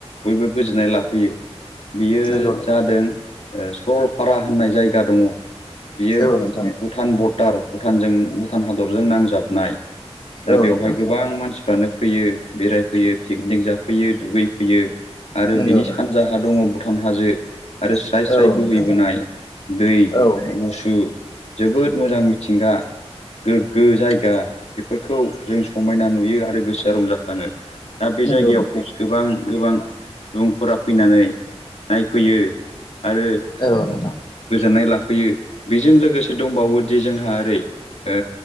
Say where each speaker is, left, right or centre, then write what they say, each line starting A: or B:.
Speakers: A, on the left; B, on the left.
A: बयबो गोजोननाय लाफैयो बियो
B: नंगौ नोंथां
A: जादों ओ सरलपारा होननाय जायगा दङ। बियो
B: औ नोंथां
A: भुटान बरडार भुटानजों भुटान हादरजों नांजाबनाय दा
B: औ
A: बेवहाय
B: नोंथां
A: गोबां मानसिफ्रानो फैयो बेरायफैयो पिकनिक जाफैयो दुगै फैयो आरो
B: नंगौ
A: बिनि
B: नोंथां
A: सानजाहा दङ भुटान हाजो आरो स्राय
B: औ
A: स्राय बोहैबोनाय
B: नोंथां
A: दै
B: औ नोंथां
A: गुसु जोबोद मोजां मिथिंगा गोग्गो जायगा बेफोरखौ जों समायना नुयो आरो गोसोआ रंजाखङो दा बे
B: नंगौ
A: जायगायाव
B: नोंथां
A: गोबां गोबां सुबुंफोरा फैनानै नायफैयो आरो
B: औ नोंथां
A: गोजोननाय ला फैयो बेजों लोगोसे दंबावोदि जोंहा ओरै ओ